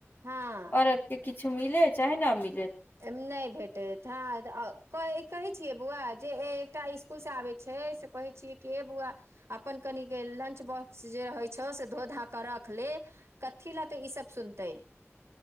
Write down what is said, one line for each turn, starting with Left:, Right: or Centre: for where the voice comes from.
Right: हँ
Left: औरतके किछु मिलै चाहे न मिलै।
Right: नहि भेटैत हँ कहै छियै बौआ जे एकटा। स्कूलसे आबै छै, से कहै छियै कि हे बौआ। अपन कने लंच बॉक्स जे रहैत छौ से धोधा करख ले। कथी लतै ई सभ सुनते